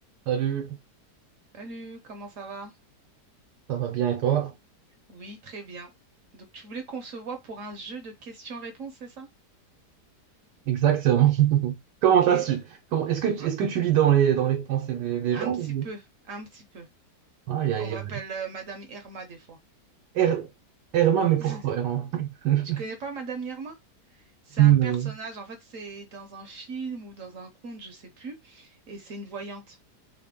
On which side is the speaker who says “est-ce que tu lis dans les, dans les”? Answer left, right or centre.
Right